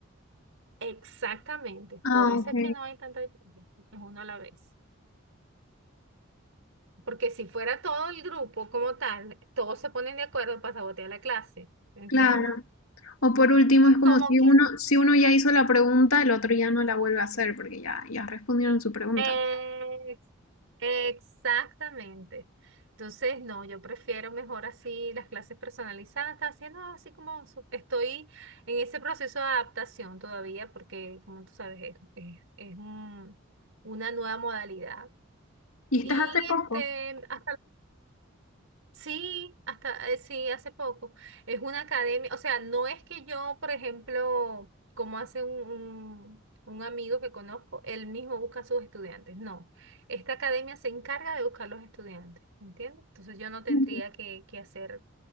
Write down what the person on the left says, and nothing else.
Ah,
ok.
Claro. O por último, es como
si
uno, si uno ya hizo la pregunta, el otro ya no la vuelve a hacer porque ya, ya respondieron su pregunta.
¿Y
estás hace poco?
Ujú.